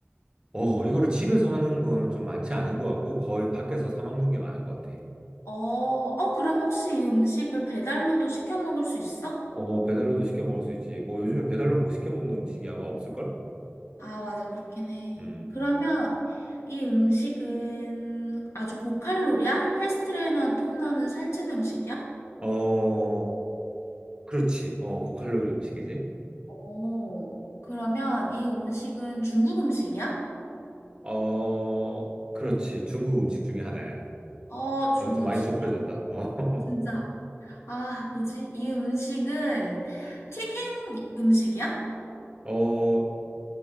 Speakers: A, on the right (about 20°); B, on the left (about 85°).
A: 어 이거를 집에서 하는 거는 좀 많지 않은 것 같고 거의 밖에서 사 먹는 게 많은 것 같아.
B: 어, 어, 그럼 혹시 이 음식을 배달로도 시켜 먹을 수 있어?
A: 어 배달로도 시켜 먹을 수 있지. 뭐 요즘에 배달로 못 시켜 먹는 음식이 아마 없을걸?
B: 아, 맞아. 그렇긴 해.
A: 음.
B: 그러면 이 음식은 아주 고칼로리야? 헬스 트레이너한테 혼나는 살찐 음식이야?
A: 어 그렇지. 어 고칼로리 음식이지.
B: 오, 그러면 이 음식은 중국 음식이야?
A: 어 그렇지. 중국 음식 중에 하나야.
B: 어, 중국
A: 어좀
B: 음식이야?
A: 많이 좁혀졌다. 어.
B: 진짜. 아, 뭐지? 이 음식은 튀긴 음식이야?
A: <laughs> 어